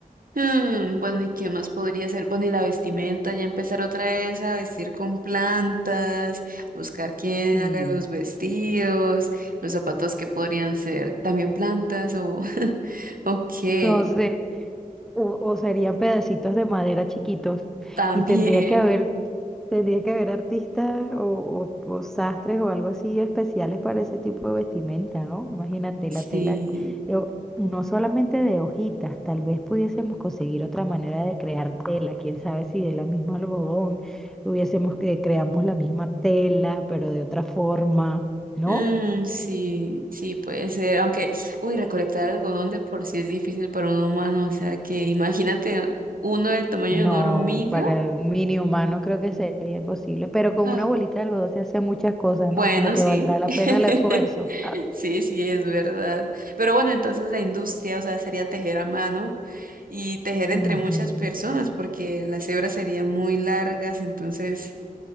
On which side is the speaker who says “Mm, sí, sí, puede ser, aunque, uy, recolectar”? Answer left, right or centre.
Right